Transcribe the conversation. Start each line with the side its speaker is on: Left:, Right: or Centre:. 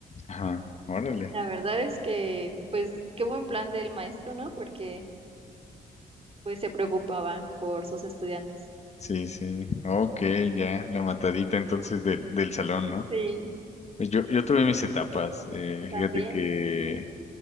Left: Ajá. Órale.
Right: La verdad es que, pues, qué buen plan del maestro, ¿no? Porque, pues, se preocupaba por sus estudiantes.
Left: Sí, sí. Ok, ya, la matadita entonces del, del salón, ¿no?
Right: Sí,
Left: Pues yo, yo tuve mis etapas. eh,
Right: también,
Left: fíjate que,